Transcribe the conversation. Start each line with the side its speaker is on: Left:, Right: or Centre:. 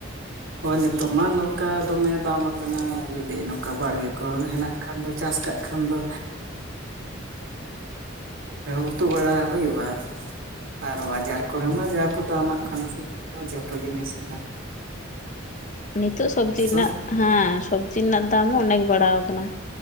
Right: ᱦᱳᱭ ᱱᱤᱛᱚᱜ ᱢᱟ ᱱᱚᱝᱠᱟ ᱫᱚᱢᱮ ᱫᱟᱢ ᱠᱟᱱᱟ ᱡᱩᱫᱤ ᱱᱚᱝᱠᱟ ᱵᱟᱲᱜᱮ ᱠᱚ ᱦᱮᱱᱟᱜ ᱠᱷᱟᱱ ᱫᱚ ᱪᱟᱥ ᱠᱟᱜ ᱠᱷᱟᱱ ᱫᱚ ᱩᱛᱩ ᱵᱟᱲᱟ ᱦᱳᱭᱳᱜᱼᱟ ᱾ ᱟᱨ ᱵᱟᱡᱟᱨ ᱠᱚᱨᱮ ᱡᱟ ᱠᱚ ᱫᱟᱢᱟᱜ ᱠᱟᱱᱟ ᱥᱮ ᱩᱱᱢᱟ ᱡᱚᱛᱚ ᱡᱤᱱᱤᱥ ᱨᱮᱱᱟᱜ
Left: ᱱᱤᱛᱳ ᱥᱚᱵᱽᱡᱤ ᱨᱮᱱᱟᱜ
Right: ᱛᱚ
Left: ᱦᱮᱸ ᱥᱚᱵᱽᱡᱤ ᱨᱮᱱᱟᱜ ᱫᱟᱢ ᱦᱚᱸ ᱚᱱᱮᱠ ᱵᱟᱲᱟᱣ ᱠᱟᱱᱟ᱾